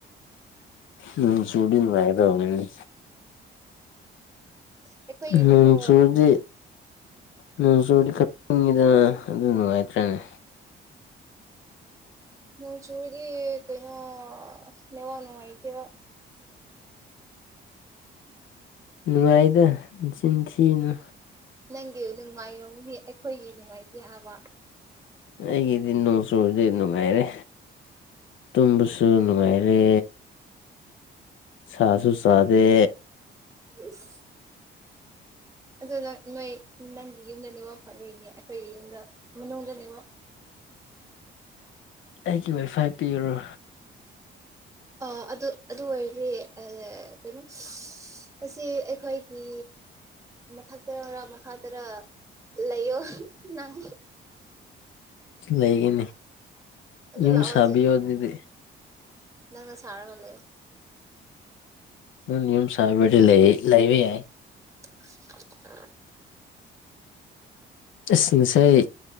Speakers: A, on the left (about 75°); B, on the right (about 15°).
A: ꯅꯣꯡ ꯆꯨꯔꯗꯤ ꯅꯨꯡꯉꯥꯏꯒꯗꯕꯅꯤꯅꯦ
B: ꯑꯩꯈꯣꯏꯒꯤꯗꯤꯀꯣ
A: ꯅꯣꯡ ꯆꯨꯔꯗꯤ ꯅꯣꯡꯆꯨꯔꯗꯤ ꯈꯔ ꯏꯤꯡꯉꯤꯗꯅ ꯑꯗꯨ ꯅꯨꯡꯉꯥꯏꯇ꯭ꯔꯅꯦ
B: ꯅꯪ ꯆꯨꯔꯗꯤ ꯀꯩꯅꯣ ꯅꯦꯠꯋꯥꯛ ꯅꯨꯉꯥꯢꯇꯦꯕ
A: ꯅꯨꯡꯉꯥꯏꯗ ꯅꯆꯤꯟ ꯊꯤꯅꯨ
B: ꯅꯪꯒꯤ ꯅꯨꯡꯉꯥꯏꯔꯝꯒꯅꯤ ꯑꯩꯈꯣꯏꯒꯤ ꯅꯨꯡꯉꯥꯏꯇꯦ ꯍꯥꯏꯕ
A: ꯑꯩꯒꯤꯗꯤ ꯅꯣꯡ ꯆꯨꯕꯁꯦ ꯅꯨꯡꯉꯥꯏꯔꯦ ꯇꯨꯝꯕꯁꯨ ꯅꯨꯡꯉꯥꯏꯔꯦ ꯁꯥꯁꯨ ꯁꯥꯗꯦ
B: ꯑꯁ ꯑꯗꯨ ꯅꯪ ꯅꯣꯏ ꯅꯪꯒꯤ ꯌꯨꯝꯗ ꯅꯦꯠꯋꯥꯛ ꯐꯕꯩꯅꯦ ꯑꯩꯈꯣꯏꯒꯤ ꯌꯨꯝꯗ ꯃꯅꯨꯡꯗ ꯅꯦꯠꯋꯥꯛ
A: ꯑꯩꯒꯤ ꯋꯥꯏꯐꯥꯏ ꯄꯤꯔꯨꯔꯣ
B: ꯑꯥ ꯑꯗꯨ ꯑꯗꯨ ꯑꯣꯏꯔꯗꯤ ꯑꯥ ꯀꯩꯅꯣ ꯑꯁꯤ ꯑꯩꯈꯣꯏꯒꯤ ꯃꯊꯛꯇꯔꯥꯥ ꯃꯈꯥꯇꯔꯥ ꯂꯩꯌꯣ ꯅꯪ
A: ꯂꯩꯒꯅꯤ
B: ꯑꯗꯨ
A: ꯌꯨꯝ
B: ꯂꯥꯛꯑꯣ
A: ꯁꯥꯕꯤꯌꯣ
B: ꯍꯧꯖꯤꯛ
A: ꯑꯗꯨꯗꯤ
B: ꯅꯪꯅ ꯁꯥꯔꯒ ꯂꯩꯌꯣ
A: ꯅꯪꯅ ꯌꯨꯝ ꯁꯕꯤꯔꯗꯤ ꯂꯩꯌꯦ ꯂꯩꯕ ꯌꯥꯏ
B: <inaudible>
A: ꯑꯁ ꯉꯁꯥꯏ